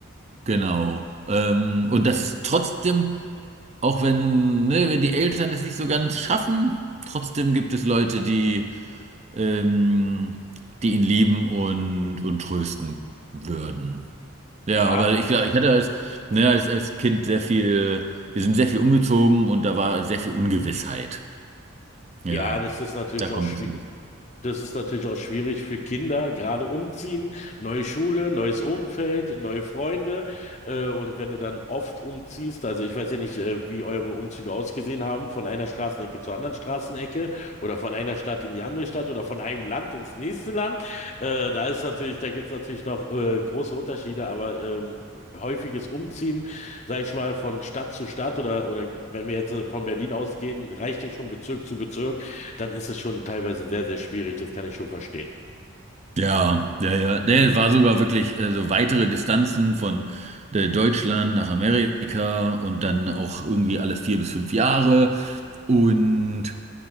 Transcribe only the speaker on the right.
Genau. Ähm, und dass es trotzdem, auch wenn, ne, wenn die Eltern es nicht so ganz schaffen, trotzdem gibt es Leute, die, ähm, die ihn lieben und, und trösten würden. Ja,
weil ich glaube, ich hatte als, ne, als, als Kind sehr viel, wir sind sehr viel umgezogen und da war sehr viel Ungewissheit. Ja,
da kommt
es ein bisschen.
Ja, ja, ja. Der war sogar wirklich äh, so weitere Distanzen von äh, Deutschland nach Amerika und dann auch irgendwie alle vier bis fünf Jahre. Und